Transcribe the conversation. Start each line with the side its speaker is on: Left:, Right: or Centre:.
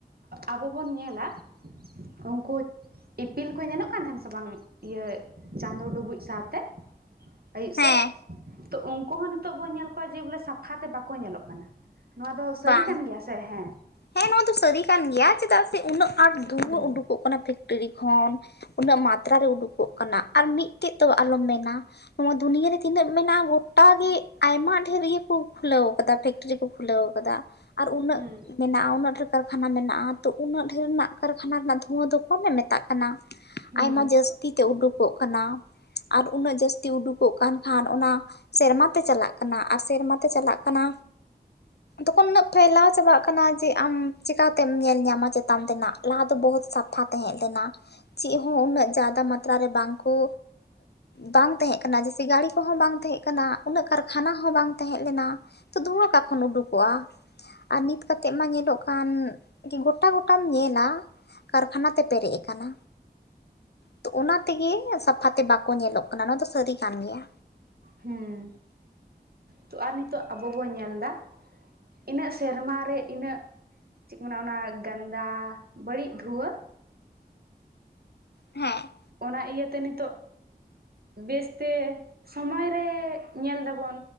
Right: ᱟᱵᱚ ᱵᱚᱱ ᱧᱮᱞᱟ ᱩᱱᱠᱩ ᱤᱯᱤᱞ ᱠᱚ ᱧᱮᱞᱚᱜ ᱠᱟᱱ ᱛᱟᱦᱮᱱ ᱥᱮ ᱥᱮ ᱵᱟᱝ ᱤᱭᱟᱹ ᱪᱟᱸᱫᱳ ᱰᱩᱵᱩᱡ ᱥᱟᱶᱛᱮ ᱟᱹᱭᱩᱵ ᱥᱮᱫ
Left: ᱦᱮᱸ
Right: ᱛᱚ ᱩᱱᱠᱩ ᱦᱚᱸ ᱱᱤᱛᱚᱜ ᱵᱚᱱ ᱧᱮᱞ ᱠᱚᱣᱟ ᱡᱮ ᱵᱚᱞᱮ ᱥᱟᱯᱷᱟ ᱛᱮ ᱵᱟᱠᱚ ᱧᱮᱞᱚᱜ ᱠᱟᱱᱟ ᱱᱚᱣᱟ ᱫᱚ ᱥᱟᱹᱨᱤ
Left: ᱵᱟᱝ
Right: ᱠᱟᱱ ᱜᱮᱭᱟ? ᱛᱟᱦᱮᱸ ᱦᱮᱸ᱾
Left: ᱦᱮᱸ ᱱᱚᱣᱟ ᱫᱚ ᱥᱟᱹᱨᱤ ᱠᱟᱱ ᱜᱮᱭᱟ ᱪᱮᱫᱟᱜ ᱥᱮ ᱩᱱᱟᱹᱜ ᱟᱸᱴ ᱫᱩᱲᱟᱹ
Right: ᱦᱮᱸ
Left: ᱩᱰᱩᱠᱚᱜ ᱠᱟᱱᱟ ᱯᱷᱮᱠᱴᱨᱤ ᱠᱷᱚᱱ ᱩᱱᱟᱹᱜ ᱢᱟᱛᱨᱟ ᱨᱮ ᱩᱰᱩᱠᱚᱜ ᱠᱟᱱᱟ ᱟᱨ ᱢᱤᱫᱴᱮᱡ ᱫᱚ ᱟᱞᱚᱢ ᱢᱮᱱᱟ ᱱᱚᱣᱟ ᱫᱩᱱᱤᱭᱟᱹ ᱨᱮ ᱛᱤᱱᱟᱹᱜ ᱢᱮᱱᱟᱜᱼᱟ ᱜᱚᱴᱟ ᱜᱮ ᱟᱭᱢᱟ ᱰᱷᱮᱨ ᱤᱭᱟᱹ ᱠᱚ ᱠᱷᱩᱞᱟᱹᱣ ᱟᱠᱟᱫᱟ ᱯᱷᱮᱠᱴᱨᱤ ᱠᱚ ᱠᱷᱩᱞᱟᱹᱣ ᱟᱠᱟᱫᱟ ᱟᱨ ᱩᱱᱟᱹᱜ
Right: ᱦᱮᱸ
Left: ᱢᱮᱱᱟᱜᱼᱟ ᱩᱱᱟᱹᱜ ᱰᱷᱮᱨ ᱠᱟᱨᱠᱷᱟᱱᱟ ᱢᱮᱱᱟᱜᱼᱟ ᱛᱚ ᱩᱱᱟᱹᱜ ᱰᱷᱮᱨ ᱨᱮᱱᱟᱜ ᱠᱟᱨᱠᱷᱟᱱᱟ ᱨᱮᱱᱟᱜ ᱫᱷᱩᱣᱟᱹ ᱫᱚ ᱠᱚᱢᱮ ᱢᱮᱛᱟᱜ ᱠᱟᱱᱟ᱾
Right: ᱦᱮᱸ
Left: ᱟᱭᱢᱟ ᱡᱟᱹᱥᱛᱤ ᱛᱮ ᱩᱰᱩᱠᱚᱜ ᱠᱟᱱᱟ᱾ ᱟᱨ ᱩᱱᱟᱹᱜ ᱡᱟᱹᱥᱛᱤ ᱩᱰᱩᱠᱚᱜ ᱠᱟᱱ ᱠᱷᱟᱱ ᱚᱱᱟ ᱥᱮᱨᱢᱟ ᱛᱮ ᱪᱟᱞᱟᱜ ᱠᱟᱱᱟ ᱟᱨ ᱥᱮᱨᱢᱟ ᱛᱮ ᱪᱟᱞᱟᱜ ᱠᱟᱱᱟ ᱛᱚᱠᱷᱚᱱ ᱩᱱᱟᱹᱜ ᱯᱷᱟᱭᱞᱟᱣ ᱪᱟᱵᱟᱜ ᱠᱟᱱᱟ᱾ ᱠᱟᱱᱟ ᱡᱮ ᱟᱢ ᱪᱤᱠᱠᱟᱛᱮᱢ ᱧᱮᱞ ᱧᱟᱢᱟ ᱪᱮᱛᱟᱱ ᱛᱮᱱᱟᱜ ᱞᱟᱦᱟ ᱫᱚ ᱵᱚᱦᱩᱛ ᱥᱟᱯᱷᱟ ᱛᱟᱦᱮᱸ ᱞᱮᱱᱟ᱾ ᱪᱮᱫ ᱦᱚᱸ ᱩᱱᱟᱹᱜ ᱡᱟᱫᱟ ᱢᱟᱛᱨᱟ ᱨᱮ ᱵᱟᱝ ᱠᱚ ᱵᱟᱝ ᱛᱟᱦᱮᱸ ᱠᱟᱱᱟ ᱡᱮ ᱥᱮ ᱜᱟᱹᱲᱤ ᱠᱚ ᱦᱚᱸ ᱵᱟᱝ ᱛᱟᱦᱮᱸ ᱠᱟᱱᱟ᱾ ᱩᱱᱟᱹᱜ ᱠᱟᱨᱠᱷᱟᱱᱟ ᱦᱚᱸ ᱵᱟᱝ ᱛᱟᱦᱮᱸ ᱞᱮᱱᱟ ᱛᱚ ᱫᱷᱩᱦᱟᱹᱠᱟ ᱠᱷᱚᱱ ᱩᱰᱩᱠᱚᱜᱼᱟ ᱟᱨ ᱱᱤᱛ ᱠᱟᱛᱮᱫ ᱢᱟ ᱧᱮᱞᱚᱜ ᱠᱟᱱ ᱡᱮ ᱜᱚᱴᱟ ᱜᱚᱴᱟᱢ ᱧᱮᱞᱟ᱾ ᱠᱟᱨᱠᱷᱟᱱᱟ ᱛᱮ ᱯᱮᱨᱮᱡ ᱟᱠᱟᱱᱟ᱾ ᱛᱚ ᱚᱱᱟ ᱛᱮᱜᱮ ᱥᱟᱯᱷᱟᱛᱮ ᱵᱟᱠᱚ ᱧᱮᱞᱚᱜ ᱠᱟᱱᱟ ᱱᱚᱣᱟ ᱫᱚ ᱥᱟᱹᱨᱤ ᱠᱟᱱ ᱜᱮᱭᱟ᱾
Right: ᱦᱩᱸ ᱛᱚ ᱟᱨ ᱱᱤᱛᱚᱜ ᱟᱵᱚ ᱵᱚᱱ ᱧᱮᱞᱫᱟ᱾ ᱤᱱᱟᱹᱜ ᱥᱮᱨᱢᱟᱨ ᱨᱮ ᱤᱱᱟᱹᱜ ᱪᱮᱫ ᱠᱚ ᱢᱮᱱᱟ ᱚᱱᱟ ᱜᱟᱱᱫᱟ ᱵᱟᱹᱲᱤᱡ ᱫᱷᱩᱣᱟᱹ
Left: ᱦᱮᱸ
Right: ᱚᱱᱟ ᱤᱭᱟᱹᱛᱮ ᱱᱤᱛᱚᱜ ᱵᱮᱥᱛᱮ ᱥᱚᱢᱚᱭ ᱨᱮ ᱧᱮᱞ ᱫᱟᱵᱚᱱ